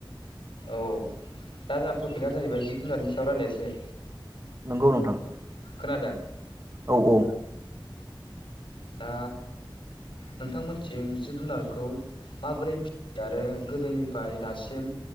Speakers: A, on the left; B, on the right.
A: औ दा जोंना टपिकआ जाहैबाय जिब जुनारनि सायाव रायज्लायसै।
B: नंगौ नोंथां।
A: खोनादों।
B: औ औ।
A: दा नोंथांमोनथिं जिब जुनारखौ माबोरै फियो आरो गोदोनिफ्राय दासिम